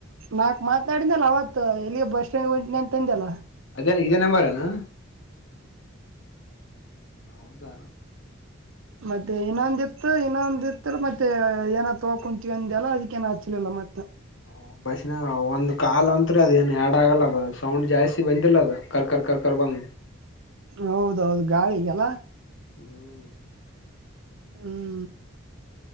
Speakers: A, on the right (about 75°); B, on the left (about 65°).
A: ನಾಕ್ ಮಾತನಾಡನಲ್ಲ ಅವತ್ತು ಎಲ್ಲಿ ಬಸ್ ಸ್ಟ್ಯಾಂಡ್ಗೆ ಹೊಂಟ ನಂತ ತಂದೆಲ್ಲ
B: ಅದೇ ಇದೇ ನಂಬಾರನಾ ಹೌದಾ
A: ಮತ್ತೆ ಇನ್ನೊಂದಿ ಇತ್ತು ಇನ್ನೊಂದಿತ್ತ ಮತ್ತೆ ಏನಾದ ತಗೋ ಕುಂತೀಂದ ಎಲ್ಲ ಅದಕ್ಕೇಏನ್ ಹಚ್ಲಿಲ್ಲ ಮತ್ತೆ
B: ಹ ಬಸ್ಿನ ಒಂದ್ ಕಾ ಅಂತ್ರಿ ಅದ ಏನು ಎರಡ ಆಗಲ್ಲ ಅದ ಸೌಂಡ್ ಜಾಸ್ತಿ ಬಂದಿಲ್ಲ ಅದ ಕರ್ಕರ್ ಕರ್ಕರ್ ಬಮ್
A: ಹೌದೌದು ಗಾಳಿಗೆಲ್ಲ
B: ಹ್ಮ್
A: ಹ್ಮ್